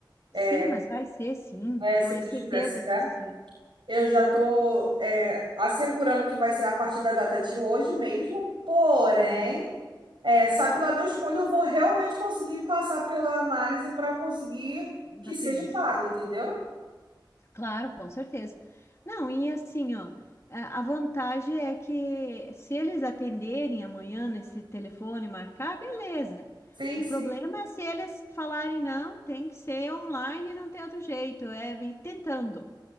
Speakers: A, on the right (about 75°); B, on the left (about 35°).
A: É,
B: Sim, mas vai ser sim,
A: é,
B: com
A: se
B: é
A: Deus
B: certeza
A: quiser, será.
B: que sim.
A: Eu já estou assegurando que vai ser a partir da data de hoje mesmo, porém,
B: Uhum,
A: é, sabe lá Deus quando eu vou realmente conseguir passar pela análise para conseguir que
B: Da
A: seja
B: perícia.
A: pago, entendeu?
B: Claro, com certeza. Não, e assim, ó, a a vantagem é que se eles atenderem amanhã nesse telefone e marcar, beleza.
A: Sim,
B: O
A: sim.
B: problema é se eles falarem não, tem que ser online, não tem outro jeito, é ir tentando.